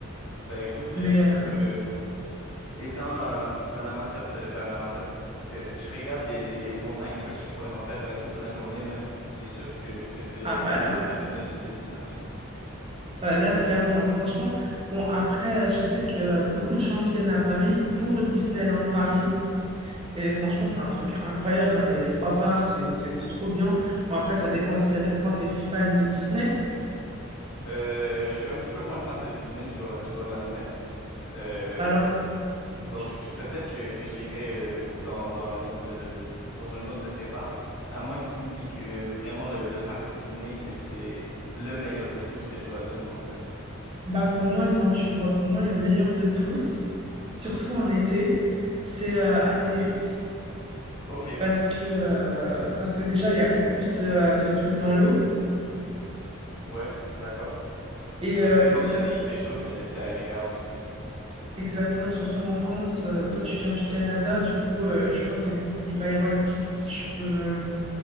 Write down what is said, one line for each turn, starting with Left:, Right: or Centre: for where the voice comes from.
Left: ben écoute,
Right: Mais
Left: euh,
Right: euh,
Left: euh, Étant un, un amateur de... Ben, un amateur. Que je régale des, des montagnes russes, je pourrais en faire euh, toute la journée même. C'est sûr que, que je vais
Right: ah bah là.
Left: faire une de ces destinations.
Right: Bah là, clairement, hein, franchement. Bon, après, euh, je sais que euh, beaucoup de gens viennent à Paris pour Disneyland Paris. Et franchement, c'est un truc incroyable. hein. Il y a les trois parcs, c'est c'est trop bien. Bon, après, ça dépend aussi à quel point tu es fan de Disney.
Left: Euh, je suis un petit peu moins fan de Disney, je dois, je dois l'admettre. Euh,
Right: Alors,
Left: donc,
Right: je-
Left: je- peut-être que, que j'irai euh, dans, dans un autre, euh, dans un autre de ces parcs. À moins que tu me dis que vraiment le, le parc Disney, c'est, c'est le meilleur de tous et je dois absolument le faire.
Right: bah pour moi, non, tu vois, pour moi, le meilleur de tous, surtout en été, c'est euh, Astérix.
Left: Ok,
Right: Parce que, euh, parce que déjà, il y a beaucoup plus de, de trucs dans l'eau.
Left: ouais, d'accord.
Right: Et
Left: J'imagine
Right: euh,
Left: que
Right: les,
Left: quand l'été il fait chaud, c'est c'est agréable aussi.
Right: Exactement, surtout en France. euh, toi, tu viens du Canada, du coup, euh, je crois qu'il y a une- il va y avoir une petite, ch- euh,